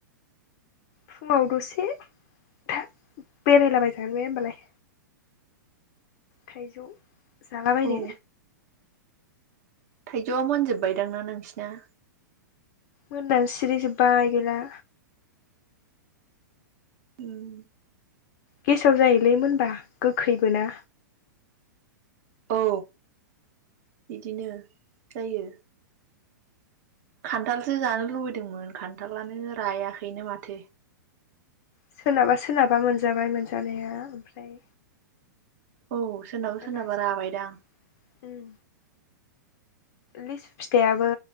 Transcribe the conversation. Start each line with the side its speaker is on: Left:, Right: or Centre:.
Left: फुङाव दसे था बेरायलाबायजागोन बे ओमबालाय। थाइजौ जालाबायनो।
Right: औ थाइजौआ मोनजोबबायदांना नोंसिना?
Left: मोननानै सिरि जोबबाय गैला।
Right: उम
Left: गेसाव जायोलै मोनबा गोखैबो ना।
Right: औ बिदिनो जायो खान्थालसो जानो लुबैदोंमोन खान्थालानो रायाखैनो माथो।
Left: सोरनाबा सोरनाबा मोनजाबाय मोनजानाया ओमफ्राय
Right: औ सोरनाबा सोरनाबा
Left: राजाबाय
Right: राबायदां।
Left: उम लिसु फिथाइयाबो